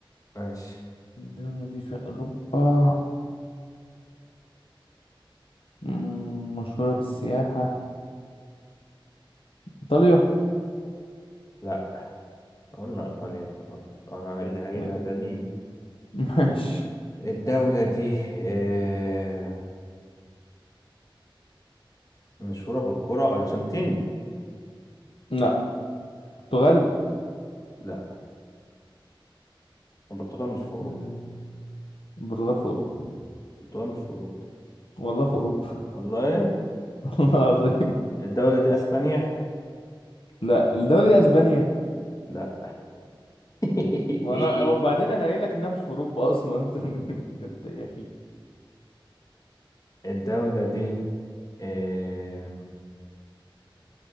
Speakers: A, on the left; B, on the left.
A: ماشي
B: الدولة دي في اوروبا آه، مم، مشهورة بالسياحة ايطاليا
A: لا قلنا إيطاليا خلاص أنا هعيد- هعيدها
B: آه،
A: تاني
B: <laughs> ماشي
A: الدولة دي آه، مشهورة بالكرة أرجنتين
B: لا البرتغال
A: لا البرتغال مش في أوروبا
B: آه، البرتغال في اوروبا
A: البرتغال مش في أوروبا
B: والله في اوروبا
A: والله إيه
B: <laughs> والله العظيم
A: الدولة دي أسبانيا
B: لا الدولة دي اسبانيا
A: لا <laughs>
B: ماشي وانا وبعدين انا قايل لك انها مش في اوروبا اصلا انت <laughs> ده انت يا اخي
A: الدولة دي آه،